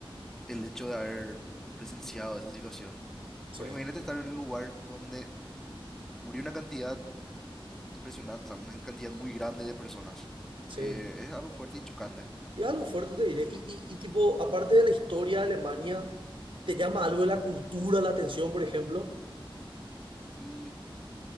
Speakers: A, in the centre; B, on the right.
A: el hecho de haber presenciado esa situación.
B: Sí,
A: Porque imagínate estar en un lugar donde murió una cantidad impresionante, o sea, una cantidad muy grande de personas.
B: sí.
A: Eh, es algo fuerte y chocante.
B: Y algo fuerte te diré. Y, y, y tipo, aparte de la historia de Alemania, ¿te llama algo de la cultura la atención, por ejemplo?
A: Mm,